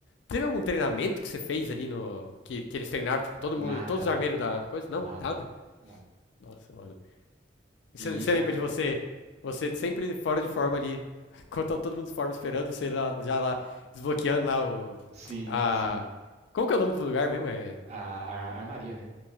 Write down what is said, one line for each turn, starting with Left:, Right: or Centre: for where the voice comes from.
Left: Teve algum treinamento que você fez ali no. Que, que eles treinaram, tipo, todo
Right: Nada.
Left: mundo. Todos os armeiros da, da coisa?
Right: Nada.
Left: Não? Nada?
Right: Nada.
Left: Nossa, mano. E
Right: E
Left: Você você
Right: o.
Left: lembra de você? Você sempre fora de forma ali. <laughs> Quando tá todo mundo de forma esperando, você lá, já lá, desbloqueando lá o.
Right: Sim,
Left: A.
Right: sim.
Left: Como que é o nome do lugar mesmo? É.
Right: A, a- a armaria, né?